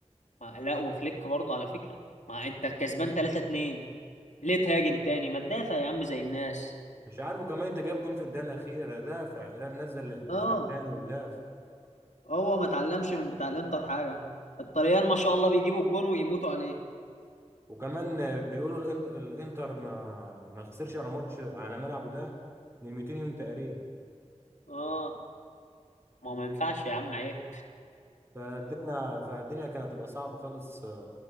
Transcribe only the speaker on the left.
ما لا وفليك برضه على فكره ما انت كسبان 3 2 ليه تهاجم تاني ما تدافع يا عم زي الناس
اه
هو ما اتعلمش من بتاع الانتر حاجه الطليان ما شاء الله بيجيبوا الجون ويموتوا عليه
اه ما ما ينفعش يا عم عيب